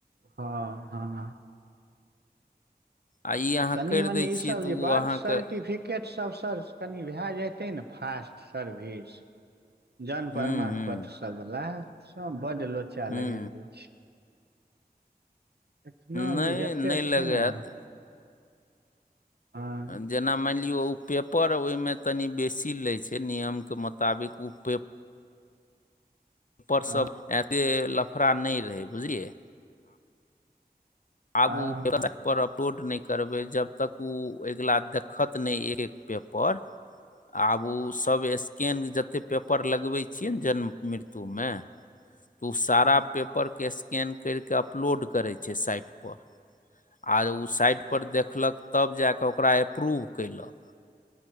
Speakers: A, on the right; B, on the left.
A: हँ-हँ।
B: आ ई अहाँ
A: कनि
B: करि
A: मनी
B: दै
A: ई
B: छियै
A: सब
B: तऽ
A: जे बर्थ
B: ओ अहाँके
A: सर्टिफि। टकेट सब सर कनि भए जेतै ने फास्ट सर्विस। जनमप्रमाण
B: हूँ हूँ
A: पत्र सब बला बड्ड लोचा
B: हूँ
A: लगेने रहै छै। इतना
B: नहि
A: रजेक्टेड
B: नहि लगायत
A: छै ने। हँ
B: जेना मनिलिओ पेपर ओय मे तनि बेसी लै छै नियम के मुताबिक उ पेप पर
A: हँ
B: सब एते लफड़ा नै रहे बुझलियै? आब
A: हँ
B: ओ वबसाइट पर अपलोड नै करबै जब तक। ओ अगिला देखत ने एक-एक पेपर आबु ओ सब स्कैन जते पेपर लगबै छियै ने जन्म मृत्यु मे। तऽ ओ सारा
A: हँ
B: पेपरके स्कैन कैरकऽ अपलोड करै छै साइट पर। आ ओ साइट पर देखलक तब जा कऽ ओकरा अप्रूव कैयलक।